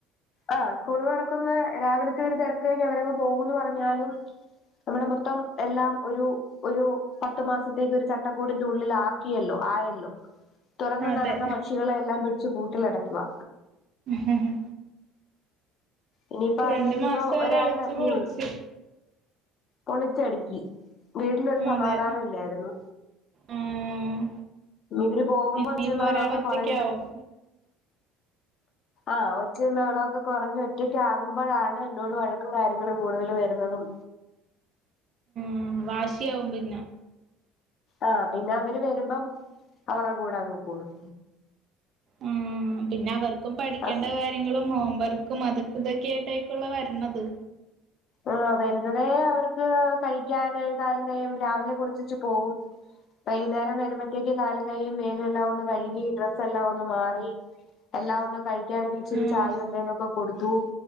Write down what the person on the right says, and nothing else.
അതെ
ഹ് ഹ്
രണ്ടു
മാസം അവര്
അളിച്ചു
പൊളിച്ച്
അതെ
ആഹ്
ഇനിയിപ്പോ
ഒരാൾ ഒറ്റക്കാവും
ഉം വാശി ആവും പിന്നെ
ഉം പിന്നെ അവർക്കും പഠിക്കേണ്ട
കാര്യങ്ങളും ഹോംവർക്ക ക്കും അതും ഇതൊക്കെ ആയിട്ടായിക്കുല്ലോ വരണത്
ഉം